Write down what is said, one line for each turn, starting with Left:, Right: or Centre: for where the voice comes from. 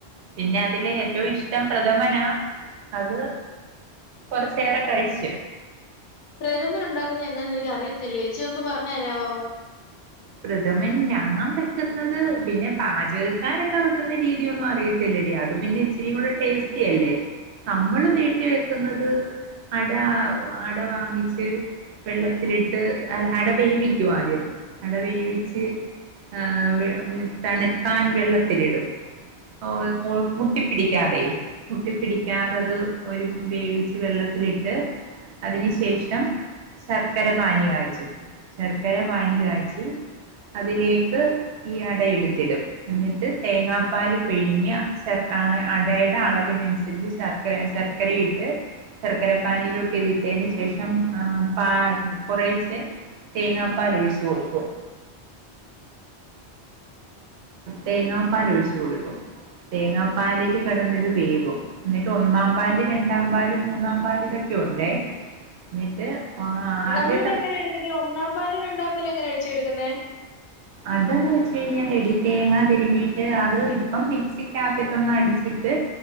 Right: പിന്നെ അതില്
Left: ആ,
Right: ഏറ്റവും ഇഷ് റ്റം പ്രഥമനാ അത് കൊറച്ചേറെ കഴിച്ചു
Left: പ്രഥമൻ ഉണ്ടാക്കുന്ന എന്നാന്ന് എനിക്ക് അറിയത്തില്ലേച്ചി ഒന്ന് പറഞ്ഞ് തരാവോ
Right: പ്രഥമൻ ഞാൻ വെക്കുന്നത് പിന്നെ പാജകക്കാരൊക്കെ വെക്കുന്ന രീതി ഒന്നും അറിയ ത്തില്ലടി അത് പിന്നെ ഇച്ചിരീം കൂടെ ടേസ്റ്റി അല്ലേ നമ്മള് വീട്ടി വെക്കുന്നത് അട അട വാങ്ങിച്ച് വെള്ളത്തിലിട്ട് അല്ല അട വേവിക്കും ആദ്യം അട വേവിച്ച് ആഹ് തണുക്കാൻ വെള്ളത്തിലിടും ഓൽ മോൾ മുട്ടിപ്പിടിക്കാതെ മുട്ടിപ്പിടിക്കാതെ അത് ഒരു വേവിച്ച് വെള്ളത്തിലിട്ട് അതിന് ശേഷം ശർക്കര പാനി കാച്ചും ശർക്കര പാനി കാച്ച് തി അതിലേക്ക് ഈ അട എടുത്തിടും എന്നിട്ട് തേങ്ങാപ്പാല് പിഴിഞ്ഞ് ശർ ആഹ് അടയേട അളവിന് അനുസരിച്ച് ശർ ശർക്കരേം ഇട്ട് ശർക്കര പാനിയിലോട്ട് ഇത് ഇട്ടേന് ശേഷം ആഹ് പ കൊറേച്ചേ തേങ്ങാപ്പാല് ഒഴിച്ചു കൊടുക്കും തേങ്ങാപ്പാല് ഒഴിച്ചു കൊടുക്കും തേങ്ങാപ്പാലില് കെടന്നത് വേവും എന്നിട്ട് ഒന്നാം പാല് രണ്ടാം പാല് മൂന്നാം പാല് ഇതൊക്കെ ഉണ്ടേ എന്നിട്ട് ആദ്യത്തെ
Left: നമ്മളിത് എങ്ങനെയാ എടുക്കുന്നേ ഈ ഒന്നാം പാല് രണ്ടാം പാല് എങ്ങനേച്ചി എടുക്കുന്നേ
Right: അതന്ന് വെച്ചാ പിരിഞ്ഞട്ടടി തേങ്ങ തിരുമ്പീട്ട് അത് ഇപ്പം മിക്സിക്കാത്തിട്ട് ഒന്ന് അടിച്ചിട്ട്